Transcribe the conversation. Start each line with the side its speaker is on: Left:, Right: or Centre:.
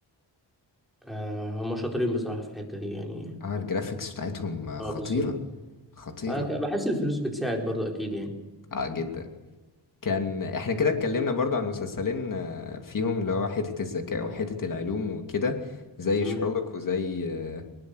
Centre: آه، هما شاطرين بصراحة في الحتة دي يعني
Left: اه الجرافيكس بتاعتهم
Centre: اه
Left: خطيرة
Centre: بالظبط
Left: خطيرة
Centre: آه، ك- بحس الفلوس بتساعد برضو اكيد يعني
Left: اه جدا كان احنا كده اتكلمنا برضو عن مسلسلين آه، فيهم اللي هو حتة الذكاء وحتة العلوم وكده زي
Centre: امم
Left: شارلوك وزي آه،